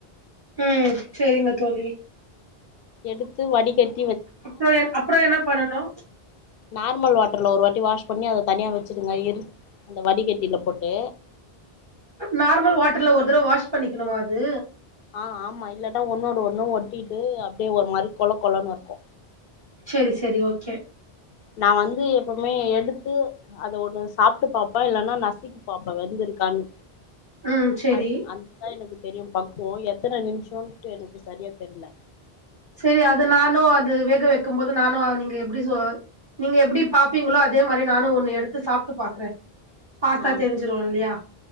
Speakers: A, on the right; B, on the left.
A: ஹம் சரிங்க தோழி
B: எடுத்து வடிகட்
A: அப்றோம் -அப்றோம் என்ன பண்ணணு
B: நார்மல் வாட்டர்ல ஒரு வாட்டி வாஷ் பண்ணி அத தனியாக வச்சிடுங்க இரு அந்த வடிகட்டியில போட்டு
A: நார்மல் வாட்டர்ல ஒரு தடவ வாஷ் பண்ணிக்கணுமா அது
B: ஆஹ் ஆமா இல்லட்டா ஒன்னோட ஒண்ணு ஒட்டிட்டு அப்டே ஒரு மாரி கொல கொலன்னு இருக்கு
A: செரி செரி ஓக்கே
B: நா வந்து எப்பவுமே எடுத்து அத ஒண்ணு சாப்ட்டு பாப்பே இல்லைன்னா நசுக்கி பாப்பே வெந்திருக்கான்னு
A: ம் சேரி
B: அது-அந்தா எனக்கு தெரிய பக்குவோ எத்தன நிமிஷோன்ட்டு எனக்கு சரியா தெரியல
A: செரி அத நானு அது வேக வெக்கும் போது நானு நீங்க எப்டி சோ நீங்க எப்டி பாப்பீங்களோ அதே மாரி நானு ஒன்னு எடுத்து சாப்புட்டு பாக்குறே பாத்தா
B: ஆம்
A: தெரிஞ்சிரு இல்லையா